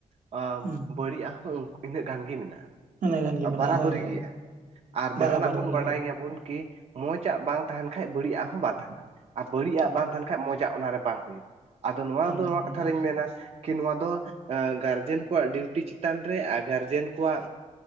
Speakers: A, on the right; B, on the right.
A: ᱟᱸ
B: ᱦᱩᱸ
A: ᱵᱟᱹᱲᱤᱡ-ᱟᱜ ᱦᱚᱸ ᱤᱱᱟᱹᱜ ᱜᱟᱱ ᱜᱮ ᱢᱮᱱᱟᱜᱼᱟ᱾
B: ᱚᱱᱟ ᱜᱟᱱ ᱜᱮ ᱢᱮᱱᱟᱜᱼᱟ
A: ᱵᱟᱨᱟᱵᱟᱹᱨᱤ
B: ᱦᱳᱭ ᱦᱳᱭ
A: ᱜᱮᱭᱟ ᱟᱨ ᱡᱟᱦᱟᱱᱟᱜ
B: ᱵᱟᱨᱟᱵᱟᱨᱤ
A: ᱵᱚᱱ
B: ᱜᱮ
A: ᱵᱟᱰᱟᱭ
B: ᱦᱳᱭ
A: ᱜᱮᱭᱟᱵᱚᱱ ᱠᱤ ᱢᱚᱡᱽ ᱟᱜ ᱵᱟᱝ ᱛᱟᱦᱮᱱ ᱠᱷᱟᱡ ᱵᱟᱹᱲᱤᱡ ᱟᱜ ᱦᱚᱸ ᱵᱟᱝ ᱛᱟᱦᱮᱱᱟ ᱟᱨ ᱵᱟᱹᱲᱤᱡ
B: ᱦᱩᱸ
A: ᱵᱟᱝ ᱛᱟᱦᱮᱱ ᱠᱷᱟᱡ ᱢᱚᱡᱽ ᱢᱚᱡᱽ-ᱟᱜ ᱚᱱᱟᱨᱮ ᱵᱟᱝ ᱦᱩᱭᱩᱜᱼᱟ ᱟᱫᱚ ᱱᱚᱣᱟ
B: ᱵᱟᱝ
A: ᱫᱚ
B: ᱛᱟᱦᱮᱱᱟ
A: ᱱᱚᱣᱟ ᱠᱟᱛᱷᱟ
B: ᱦᱳᱭ
A: ᱞᱤᱧ ᱢᱮᱱᱟ ᱠᱤ ᱱᱚᱣᱟ ᱫᱚ ᱜᱟᱨᱡᱮᱱ ᱠᱚᱣᱟᱜ ᱰᱤᱩᱴᱤ ᱪᱮᱛᱟᱱ ᱨᱮ ᱟᱨ ᱜᱟᱨᱡᱮᱱ ᱠᱚᱣᱟᱜ